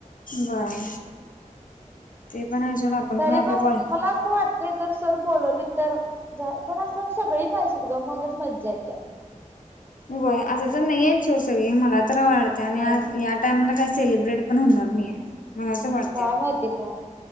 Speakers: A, on the left; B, on the right.
A: व्हय ते पण आहे सोड
B: तरी
A: आपलं
B: पण
A: कॉल
B: मला अस वाटत ते जर सर बोलवली तर जाय पण अस सगळी पाहिजेत ग मगच मज्जा येत्या.
A: होय अस तर नाही हायत सोड सगळी मला तर वाटते आणि
B: होय
A: या त्यांना काही सेलिब्रेट पण होणार नाहीे मला अस वाटत.
B: काय माहिती का